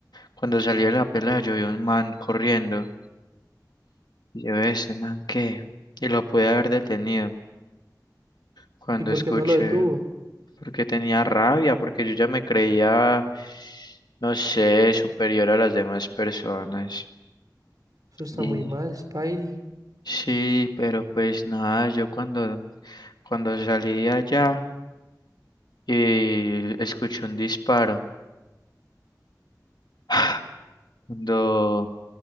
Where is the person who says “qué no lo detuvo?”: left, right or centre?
Right